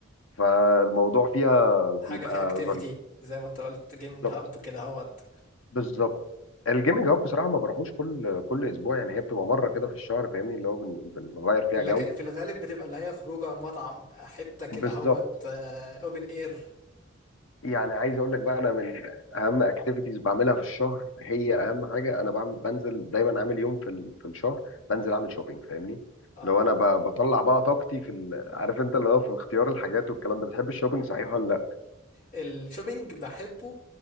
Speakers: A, on the left (about 75°); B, on the left (about 40°).
A: فالموضوع فيها بيبقى
B: حاجة فيها اكتيفيتي
A: ظريف
B: زي ما انت قلت جيمنج
A: بالظبط
B: هاب كده هوت
A: بالظبط الجيمنج هاب بصراحه ما بروحوش كل كل اسبوع يعني هي بتبقى مره كده في الشهر فاهمني اللي هو بن- بنغير فيها
B: لكن
A: جو
B: في الغالب بتبقى اللي هي خروجه مطعم حتة كده
A: بالظبط
B: هوت اوبن اير
A: يعني عايز اقول لك بقى انا من اهم اكتيفيتيز بعملها في الشهر هي اهم حاجه انا بعمل بنزل دايما عامل يوم في ال- في الشهر بنزل اعمل شوبينج فاهمني
B: اه
A: لو انا ب- بطلع بقى طاقتي في ال- عارف انت اللي هو في اختيار الحاجات والكلام ده بتحب الشوبينج صحيح ولا لا
B: الشوبينج بحبه